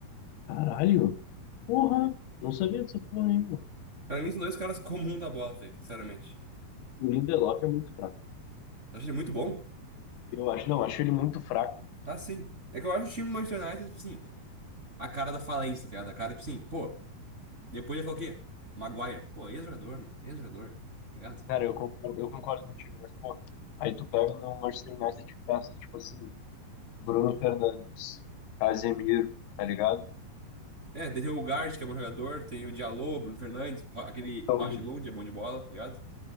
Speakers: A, on the left; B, on the right.
A: Caralho! Porra! Não sabia dessa porra, hein, meu.
B: Pra mim, são dois caras <laughs> comum da bola, velho. Sinceramente.
A: O Lindelof é muito fraco.
B: Eu achei ele muito bom.
A: Eu acho, não, acho ele muito fraco.
B: Ah, sim. É que eu acho o time do Manchester United, tipo assim, a cara da falência, tá ligado? A cara, tipo assim, pô, depois ele falar o quê? Maguire. Pô, ex-jogador, meu. Ex-jogador. Tá ligado?
A: Cara, eu concordo, eu concordo contigo, mas, pô, aí tu pega no Manchester United e peças, tipo assim, Bruno Fernandes, Casemiro, tá ligado?
B: É, daí tem o Gart, que é um bom jogador. Tem o Diallo, Bruno Fernandes. Ro- Aquele
A: Então,
B: Reguilon, que é bom de bola, tá ligado?